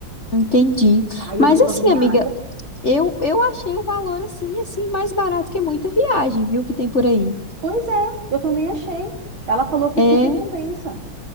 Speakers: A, on the left; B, on the right.
A: Entendi.
B: Aí
A: Mas
B: eu fico
A: assim,
B: agoniada.
A: amiga, eu, eu achei o valor assim, assim, mais barato que muita viagem, viu, que tem por aí.
B: Pois é, eu também achei. Ela falou que
A: É.
B: super compensa.